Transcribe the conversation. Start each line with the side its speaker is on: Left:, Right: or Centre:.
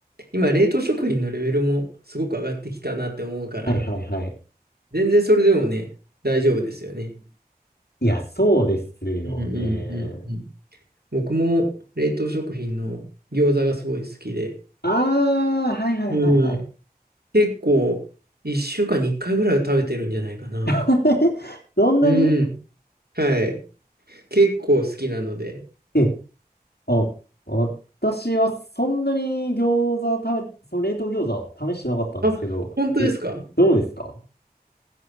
Right: 今、冷凍食品のレベルもすごく上がってきたなって思うから、
Left: はいはいはい。
Right: 全然それでもね、大丈夫ですよね。
Left: いや、そうですよね。
Right: うんうんうんうん。僕も冷凍食品の餃子がすごい好きで、
Left: ああ、はいはいはいはい。
Right: うん。結構、1週間に1回ぐらいは食べてるんじゃないかな。
Left: <laughs> そんなに
Right: うん。はい。結構好きなので。
Left: え、あ、私はそんなに餃子食べ、その冷凍餃子は試してなかったんですけど、
Right: あ、本当ですか
Left: え、どうですか